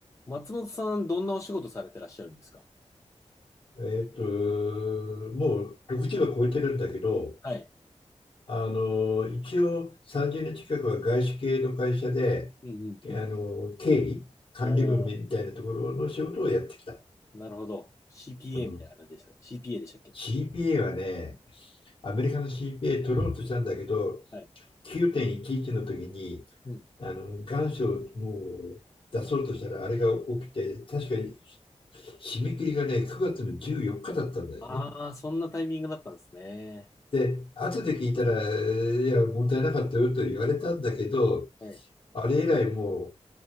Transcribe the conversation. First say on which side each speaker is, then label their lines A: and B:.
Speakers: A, on the left (about 25°); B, on the left (about 50°).
A: 松本さん、どんなお仕事されてらっしゃるんですか
B: えっと、もう6時は超えてるんだけど、
A: はい。
B: あの、一応30年近くは外資系の会社で、
A: うんうんうん。
B: あの、経理、管理部みたいなところの仕事をやってきた。
A: おー、なるほど。CPA
B: うん、
A: みたいな感じですか ?CPA でしたっけ
B: CPA はね、アメリカの CPA 取ろうとしたんだけど、
A: はい。
B: 9.11の時に、
A: うん。
B: あの、願書をもう出そうとしたら、あれが起きて、確かに締め切りがね、9月の14日だったんだよね。
A: ああ、そんなタイミングだったんですね。
B: で、後で聞いたら、いや、問題なかったよと言われたんだけど、
A: はい。
B: あれ以来も